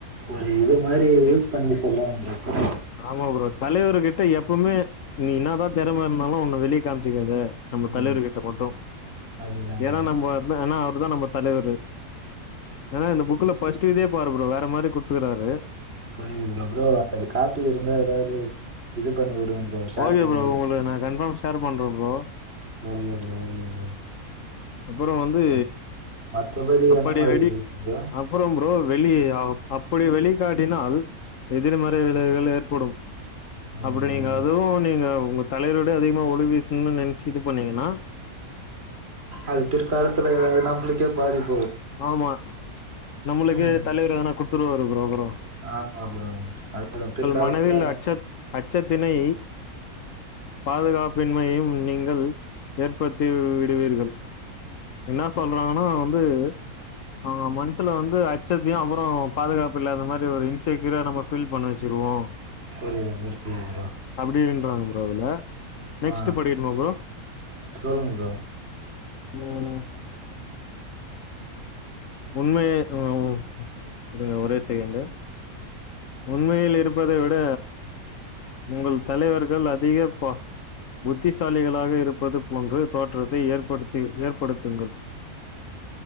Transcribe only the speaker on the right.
ஒரு இது மாரி யூஸ்
பண்ணிக்க சொல்றாங்க ப்ரோ
ம்
அதுதா
ப்ரோ
<unintelligible> ப்ரோ ப்ரோ அது காப்பி இருந்தா எதாவது இது பண்ணி உடுங் ப்ரோ ஷேர்
பண்ணி
விடுங்க
okay bro okay bro
ம் மத்தபடி
என்ன மாரி
இருந்துச்சு ப்ரோ
ஓகே
ஓகே
அது பிற்காலத்துல எதாது நம்புளுக்கே பாதிப்
ம்
ஆமா ப்ரோ <inaudible> பிற்காலத்துல
புரியிது புரியிது ப்ரோ
ஆ
சொல்லுங்க ப்ரோ